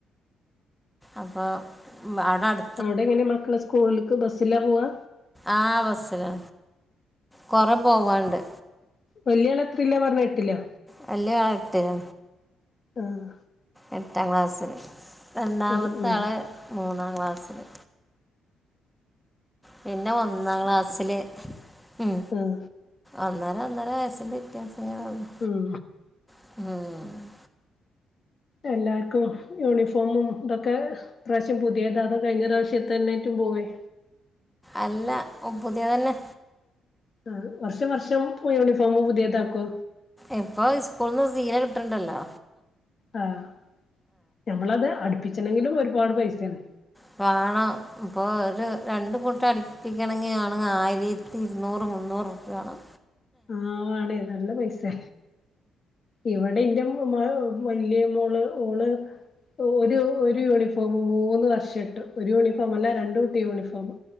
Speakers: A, in the centre; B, on the left.
A: അപ്പൊ അട അട്
B: അവിടെ എങ്ങനെ മക്കള് സ്കൂളില്ക്ക് ബസ്സിലാ പോവാ
A: ആഹ് ബസ്സിലാ കൊറെ പോവാണ്ട്
B: വല്യ ആളെത്രേലാ പറഞ്ഞ് എട്ടിലൊ
A: വല്യ ആള് ട്ടിലാ
B: ആഹ്
A: എട്ടാം ക്ലാസ്സില് രണ്ടാമത്തെ
B: ഉം ഉം
A: ആള് മൂന്നാം ക്ലാസ്സില് പിന്നെ ഒന്നാം ക്ലാസ്സില് ഉം
B: ഉം
A: ഒന്നര ഒന്നര വയസ്സിന്റെ വ്യത്യാസം ഒള്ളു
B: ഉം
A: ആഹ്
B: എല്ലാർക്കും യൂണിഫോമും ഇതൊക്കെ ഈ പ്രാവശ്യം പുതിയതാ അതോ കഴിഞ്ഞപ്രാശ്യ തെന്നൊയിട്ടു പോയി
A: അല്ല ഇപ്പൊ പുതിയതന്നെ
B: ആഹ് വർഷം വർഷം പുതിയയൂണിഫോമ് പുതിയതാക്കോ
A: ഇപ്പോ ഈ സ്കൂളിന്ന് സീല കിട്ട്ണ്ടല്ലോ
B: ആഹ് ഞമ്മളത് അടുപ്പിച്ചണെങ്കിലും ഒരുപാട് പൈസാണ്
A: പ്പാണോ ഇപ്പോ ഒരു രണ്ട് കൂട്ട അടിപ്പിക്കണങ്കി ആണ് ആയീരി ത്തി ഇരുന്നൂറ് മുന്നൂറ് രൂപ്യയാ മാണം
B: ആഹ് വാണയ് നല്ല പൈസ്സ്യ ഇവടെ ഇൻന്റ <unintelligible> വല്യ മോള് ഓ ളാ ഒരു ഒരു യൂണിഫോമ് മൂന്ന് വർഷട്ടു ഒരു യൂണിഫോമല്ല രണ്ട് കുട്ടം യൂണിഫോമ്